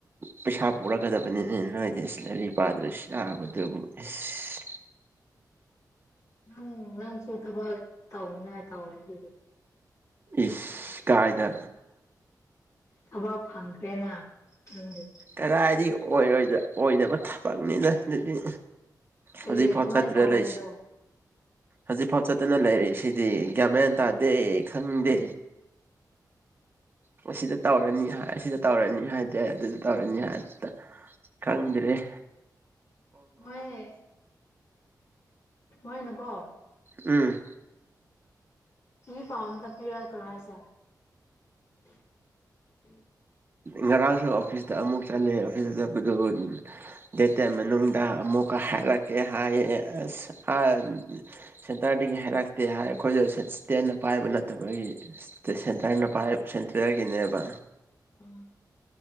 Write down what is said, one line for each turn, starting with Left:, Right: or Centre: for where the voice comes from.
Right: ꯄꯩꯁꯥ ꯄꯨꯔꯛ ꯀꯗꯕꯅꯤꯅ‌ꯦ ꯅꯣꯏꯗꯤ ꯏꯁ ꯂꯥꯏꯔꯤꯛ ꯄꯥꯗ꯭ꯔꯁꯨ ꯌꯥꯥꯕꯗꯨꯕꯨ ꯑꯁ
Left: ꯅꯪ ꯅꯪꯁꯨ ꯊꯕꯛ ꯇꯧꯅꯤꯡꯉꯥꯏ <unintelligible>
Right: ꯏꯁ ꯀꯥꯏꯗ
Left: ꯊꯕꯛ ꯐꯪꯈ꯭ꯔꯦꯅ ꯅꯪꯗꯤ
Right: ꯀꯔꯥꯏꯗꯩ ꯑꯣꯏꯔ‌ꯣꯏꯗ ꯑ‌ꯣꯏꯗꯕ ꯊꯕꯛꯅꯤꯗ ꯗꯨꯗꯤ
Left: ꯀꯔꯤ
Right: ꯍꯖꯤꯛꯐꯥꯎ
Left: ꯀꯃꯥꯏꯅ
Right: ꯆꯠꯇ꯭ꯔ
Left: ꯇꯧꯔꯒꯦ
Right: ꯂꯩꯁꯤ
Left: ꯑꯗꯣ
Right: ꯍꯖꯤꯛ ꯐꯥꯎ ꯆꯠꯇꯅ ꯂꯩꯔꯤꯁꯤꯗꯤ ꯒꯥꯟ ꯃꯦꯟ ꯇꯥꯗꯦ ꯈꯪꯗꯦ ꯑꯣ ꯁꯤꯗ ꯇꯧꯔꯅꯤ ꯍꯥꯏ ꯑꯁꯤꯗ ꯇꯧꯔꯅꯤ ꯍꯥꯏꯗ‌ꯦ ꯑꯗꯨꯗ ꯇꯧꯔꯅꯤ ꯍꯥꯏ ꯗꯥ ꯈꯪꯗ꯭‌ꯔ‌ꯦ
Left: ꯃꯣꯏ ꯃꫭꯏꯅꯒ‌ꯣ
Right: ꯎꯝ
Left: ꯏꯄꯥꯎ ꯑꯝꯇ ꯄꯤꯔꯛꯇ꯭ꯔꯥ ꯍꯥꯏꯁꯦ <inaudible>
Right: ꯉꯔꯥꯡꯁꯨ ꯑꯣꯐꯤꯁꯇ ꯑꯃꯨꯛ ꯆꯠꯂꯦ ꯑꯣꯐꯤꯁ ꯆꯠꯄꯗꯨ ꯗꯦꯠ ꯇ‌ꯦꯟ ꯃꯅꯨꯡꯗ ꯑꯃꯨꯛꯀ ꯍꯥꯏꯔꯛꯀꯦ ꯍꯥꯏꯌꯦ ꯑꯁ ꯍꯥꯏ ꯑꯗꯨꯗꯤ ꯁꯦꯟꯇꯔꯗꯒꯤ ꯍꯥꯏꯔꯛꯇꯦ ꯍꯥꯏ ꯑꯈꯣꯏꯒ ꯁꯠꯁꯇꯦꯟꯅ ꯄꯥꯏꯕ ꯅꯠꯇꯕꯒꯤ ꯁꯦꯟꯇꯔꯅ ꯄꯥꯏꯞ ꯁꯦꯟꯇꯔꯒꯤꯅꯦꯕ
Left: ꯎꯝ